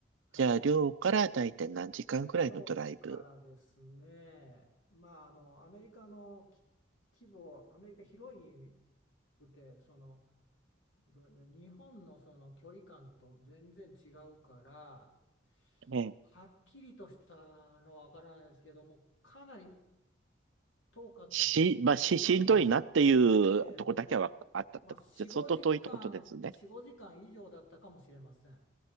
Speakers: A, on the left; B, on the right.
A: はい。
B: じゃあ、寮からだいたい何時間くらいのドライブ
A: 寮からですね、まあ、あの、アメリカのき規模、アメリカ広いくて、その、ど日本のその距離感と全然違うから、
B: ね
A: はっきりとしたのはわからないですけども、かなり遠かった記憶はあります。
B: し、まあ、し、しんどいなっていうとこだけはあったってことで、
A: ええ、もうまあ、4、5時間、
B: 相当遠いってことですね。
A: 4、5時間以上だったかもしれません。